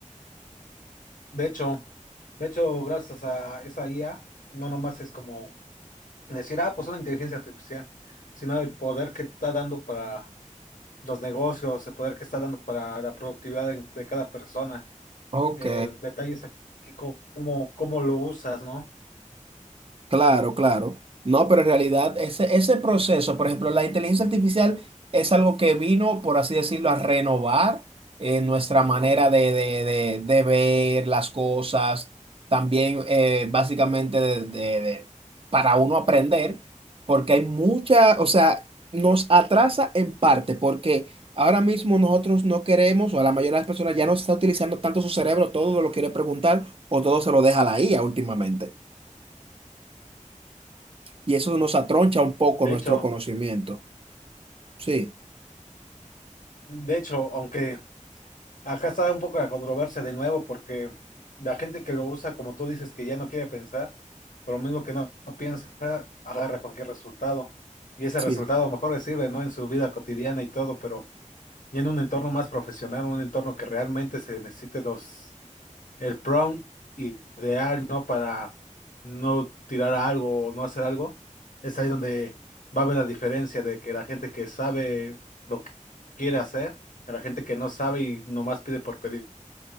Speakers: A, on the left; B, on the right.
A: De hecho, de hecho, gracias a esa IA, no nomás es como decir, ah, pues una inteligencia artificial, sino el poder que está dando para los negocios, el poder que está dando para la productividad de de cada persona.
B: Ok.
A: eh, detalles a que cómo, cómo lo usas, ¿no?
B: Claro, claro. No, pero en realidad ese, ese proceso, por ejemplo, la inteligencia artificial es algo que vino, por así decirlo, a renovar eh, nuestra manera de, de- de- de ver las cosas, también eh, básicamente de, de- de- para uno aprender, porque hay mucha, o sea, nos atrasa en parte, porque ahora mismo nosotros no queremos, o la mayoría de las personas ya no está utilizando tanto su cerebro, todo lo quiere preguntar o todo se lo deja a la IA últimamente y eso nos atroncha un poco
A: De
B: nuestro
A: hecho,
B: conocimiento. Sí,
A: de hecho, aunque acá está un poco la controversia de nuevo, porque la gente que lo usa, como tú dices, que ya no quiere pensar, pero lo mismo que no piensa, agarra cualquier resultado. Y ese
B: sí.
A: resultado a lo mejor le sirve, ¿no? En su vida cotidiana y todo, pero ya en un entorno más profesional, un entorno que realmente se necesite dos. el prompt ideal, ¿no? Para no tirar algo o no hacer algo, es ahí donde va a haber la diferencia de que la gente que sabe lo que quiere hacer, a la gente que no sabe y nomás pide por pedir.